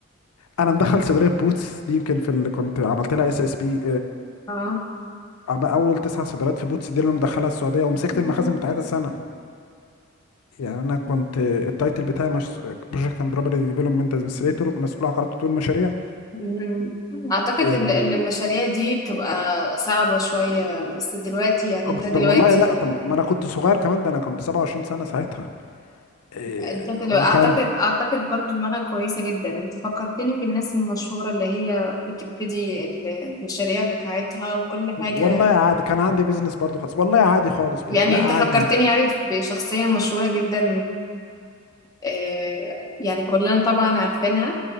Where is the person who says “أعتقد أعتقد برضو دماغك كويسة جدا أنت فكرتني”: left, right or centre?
Left